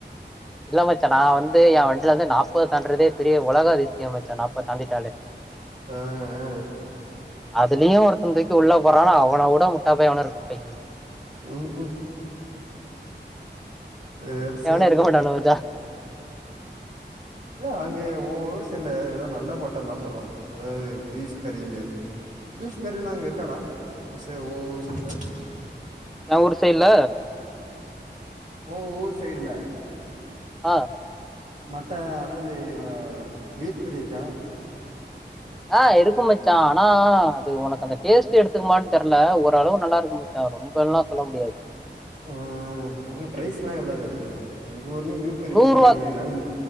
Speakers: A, in the centre; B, on the right.
A: இல்ல மச்சா நா வந்து ஏ வண்டில இருந்து நாப்பது தாண்டுறதே பெரிய உலக அதிசயோ மச்சா நாப்பது தாண்டிட்டாலே
B: ஆ ஆ
A: அதுலயு ஒருத்தன தூக்கி உள்ள போடுறான்னா அவன விட முட்டாப்பய எவனு இருக்க மாட்டாங்க
B: ம்க்ம் சேரி சேரி
A: எவனு இருக்க மாட்டானு மச்சா
B: இல்ல அங்க ஓ ஊர் சைடுல எதாவது நல்ல ஹோட்டல் இருந்தா சொல்றா எதாவது பீஃப் கறி மாரி பீஃப் கரிலா அங்க இருக்காடா ஓ ஊர் சைடுல
A: ஏ ஊர் சைடுல
B: ஓ ஊர் சைடுல
A: ஆ
B: மட்ட அதென்னது பீஃப் கறி இருக்கா
A: ஆ இருக்கு மச்சா ஆனா அது உனக்கு அந்த டேஸ்ட் எடுத்துக்குமான்னு தெரில ஓரளவு நல்லா இருக்கு மச்சா ரொம்பல்லா சொல்ல முடியாது
B: ஆ அங்க பிரைஸ்ல்லா எவ்ளோ வருது எங்க ஊர்லயு பீஃப் கரி
A: நூறுவா
B: போட்டிருக்கான என்னால